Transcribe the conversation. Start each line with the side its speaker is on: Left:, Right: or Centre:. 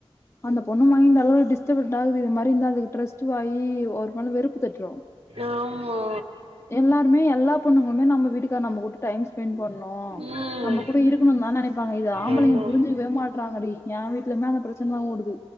Left: அந்த பொண்ணு மைன் அளவு டிஸ்டபட்டாகுது இது மாரி இருந்தா அதுக்கு ட்ரஸ்ட்டுவாயி ஒரு மனு வெறுப்பு தட்ரு
Right: ஆமா
Left: எல்லாருமே எல்லா பொண்ணுங்குள்மே நம்ம வீடு கா நம்ம கூட டைம் ஸ்பெண் பண்ணூ
Right: ம்
Left: நம்ம கூட இருக்குணுன்தா நெனைப்பாங்க இது ஆம்பளைங்க
Right: ஆமா
Left: புரிஞ்சு க்வே மாட்றாங்கடி ஏன் வீட்லுமே அந்த பிரச்சின்தா ஓடுது